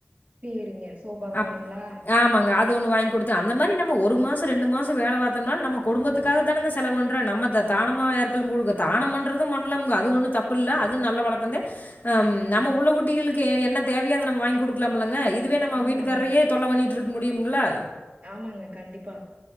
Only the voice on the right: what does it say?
சேரிங்க சோபா வாங்னீங்ளா
ஆமாங்க
ஆமாங்க கண்டிப்பா